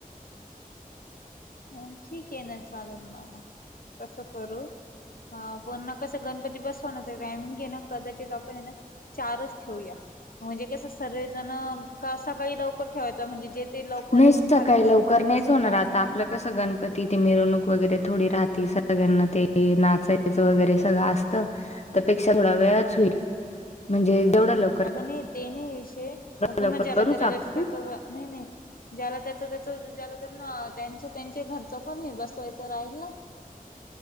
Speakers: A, on the left (about 75°); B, on the left (about 45°).
A: <inaudible> अ ठीक आहे ना चालेल मला मग तसं करू. हा पुन्हा कसं गणपती बसवानाच टायमिंग घे ना कदाचित आपण हाय ना चारच ठेऊया म्हणजे कसं सर्व जण, कसं सकाळी लवकर ठेवायचा म्हणजे जे. ते लवकर
B: नाही
A: येऊन
B: सकाळी
A: खाली गणपती
B: लवकर नाहीच
A: बसून
B: होणार
A: मग.
B: आता आपलं कसं, गणपती ते मिरवणूक वगैरे. थोडी राहती सगळ्यांना, ते नाचायचं वगैरे सगळं असत. त्यापेक्षा थोडा वेळाच
A: हा
B: होईल, म्हणजे जेवढा लव
A: अगं नाही ते नाही विषय मग, पुन्हा
B: लवकर
A: ज्याला
B: करूच
A: त्याला
B: आपण
A: जेच त्यांच नाही नाही. ज्याला त्याच त्याच ज्याला तर त्यांच, तेचं घरचं पण हे बसवायचं राहील ना.